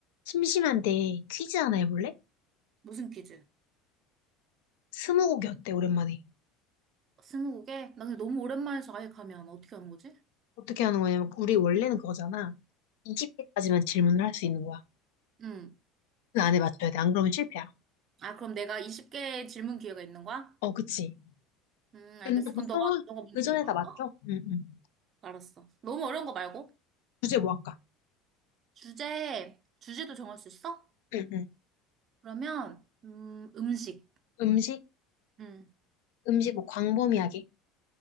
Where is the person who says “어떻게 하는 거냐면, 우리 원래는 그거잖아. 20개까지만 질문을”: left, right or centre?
Left